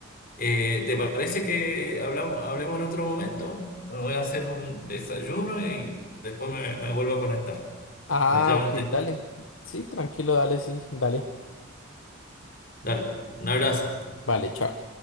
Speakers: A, on the left (about 45°); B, on the left (about 70°).
A: Eh, ¿te parece que hablamos, hablemos en otro momento? Me voy a hacer un desayuno y después me, me vuelvo a conectar.
B: Ah,
A: Me llama-
B: ok,
A: te-
B: dale. Sí, tranquilo, dale, sí, dale.
A: dale, un abrazo.
B: Vale, chao.